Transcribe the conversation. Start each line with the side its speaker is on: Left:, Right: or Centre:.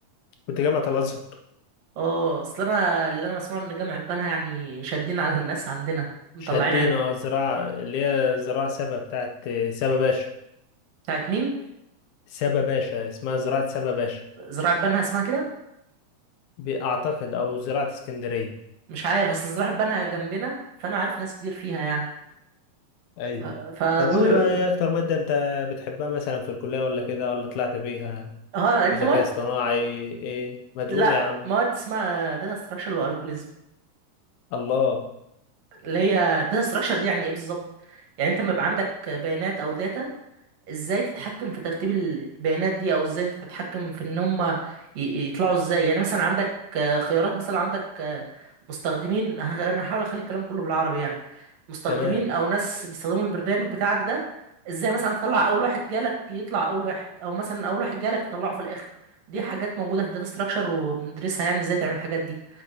Left: كنت جامعة الأزهر
Right: اه اصل انا اللي انا بسمعه ان جامعه بنها يعني شادين على الناس عندنا مطلعين
Left: شدينا
Right: عين
Left: زراعة اللي هي زراعة سبا بتاعت سبا باشا
Right: بتاعت مين
Left: سبا باشا اسمها زراعة سبا باشا
Right: زراعه بنها اسمها كده
Left: بأعتقد أو زراعة اسكندرية
Right: مش عارف اصل الزراعة اتبنى جنبنا فانا عارف ناس كتير فيها يعني
Left: ايوه
Right: ف... فبيقولوا
Left: طب قول لي بقى ايه اكتر مادة انت بتحبها مثلا في الكلية ولا كده ولا طلعت بيها
Right: ها انت
Left: ذكاء
Right: مواد
Left: اصطناعي ايه ما تقول
Right: لا
Left: يا عم
Right: مواد اسمها داتا ستراكشر والجوريزم
Left: الله
Right: اللي هي داتا ستراكشر دي يعني ايه بالظبط يعني انت لما يبقى عندك بيانات او داتا ازاي تتحكم في ترتيب البيانات دي او ازاي انت تتحكم في ان هم ي- يطلعوا ازاي يعني مثلا عندك آه، خيارات مثلا عندك آه، مستخدمين ه- انا هحاول اخلي الكلام كله بالعربي يعني مستخدمين
Left: تمام
Right: او ناس بيستخدموا البرنامج بتاعك ده ازاي مثلا تطلع اول واحد جالك يطلع اول واحد او مثلا اول واحد جالك تطلعه في الاخر دي حاجات موجوده في الداتا ستراكشر وبندرسها يعني ازاي تعمل الحاجات دي